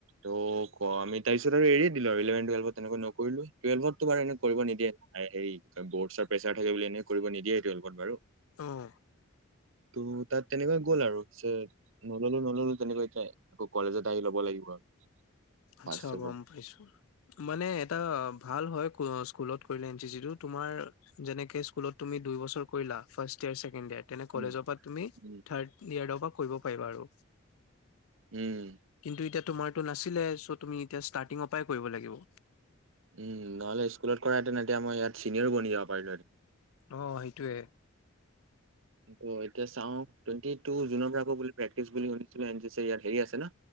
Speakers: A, on the right; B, on the left.
A: তো তাৰপিছত এৰিয়ে দিলো <inaudible> তেনেকুৱা নকৰিলো টুৱেলভত তোমাৰ এনে কৰিব নিদিয়ে এই বৰ্ডছৰ প্ৰেচাৰ থাকে বুলি এনেই কৰিব নিদিয়ে তেওঁলোকত বাৰু
B: অহ
A: ত' তাত তেনেকৈ গ'ল আৰু <unintelligible> নগলে নলয় তেনেকৈ এ আকৌ কলেজত আহি ল'ব লাগিব আৰু ফাৰ্ষ্টৰ
B: আচ্ছা গম
A: পৰা
B: পাইছো মানে এটাভাল হয় কোনো স্কুলত কৰিলে এন চি চি টু তোমাৰ যেনেকে তুমি স্কুলত দুই বছৰ কৰিলা ফাৰ্ষ্ট ইয়েৰ চেকেন্দ ইয়েৰ নে কলেজৰ
A: উম
B: পৰা তুমি
A: উম
B: থাৰ্ড ইয়াৰৰ পৰা কৰিব পাৰিবা আৰু
A: উম
B: কিন্তু এতিয়া তোমাৰটো নাছিলে চ' তুমি এতিয়া ষ্টাৰ্টিঙৰ পৰাই কৰিব লাগিব
A: উম নহলে স্কুলত কৰাইতে এতিয়া মই ইয়াত চিনিয়ৰ বনি যাব পাৰিলোহেঁতেন
B: অ সেইটোৱে
A: ত এতিয়া চাও টুৱেটি জুনৰ পৰা আকৌ প্ৰেক্টি বুলি শুনিছো এন চি চি বুলি আছে ন